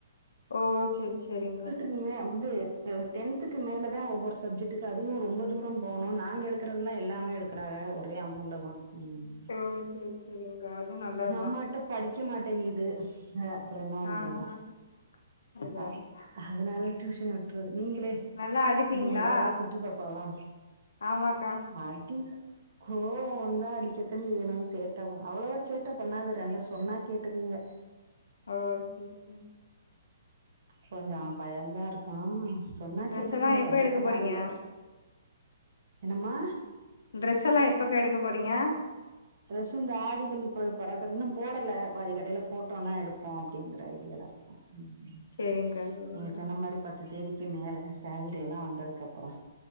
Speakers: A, on the left; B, on the right.
A: ஓ சேரி சேரிங்கா
B: ன்ன வந்து டென்துக்கு மேலதா ஒவ்வொரு சப்ஜெக்டக்கு அது அதுவு ரொம்ப தூரோ போனு நாங்க எடுக்கறதுல்ல எல்லாமே எடுக்குறாங்க ஒரே அமௌண்ட் தா ம்
A: ஓ சேரி சேரிங்க்கா அதுவு நல்லாதுதா
B: நம்மாட்ட படிக்க மாட்டேங்குது ஆ அப்புறோ என்ன பன்றறது
A: ஆ ஆ அதா
B: அ
A: அதா
B: அதனால டியூஷன் விட்டுறது நீங்களே
A: நல்லா அடிப்பீங்களா
B: ஆ மூனு கொழந்த குட்டி பாப்பாவா
A: ஆமாக்கா
B: அடி கோவோ வந்தா அடிக்கத்தா செய்யணு சேட்டா அவ்ளோவ சேட் ட பண்ணாது ரெண்டு சொன்னா கேட்டுக்குங்க
A: ஆ சரி சரி
B: கொஞ்சு பயந்தா இருக்கு சொன்னா
A: ட்ரெஸ்
B: கேட்டுக்குங்க
A: எல்லா எப்ப
B: ரொம்ப
A: எடுக்க
B: பண்ணாதுக
A: போறீங்க
B: என்னம்மா
A: ட்ரெஸ் எல்லா எப்பாக்கா எடுக்க போறீங்க
B: ட்ரெஸ் இந்த ஆடிதள்ளுபடி பற இன்னு போடல அது கடையில போட்டோன்னா எடுப்போ அப்படிங்கிற ஐடியாலா ம் ம்
A: செரிங்க்கா செரிங்க்கா
B: நீங்க சொன்ன மாரி பத்து தேதிக்கு மேல சேல்ரி எல்லா வந்ததுக்கு அப்புறோ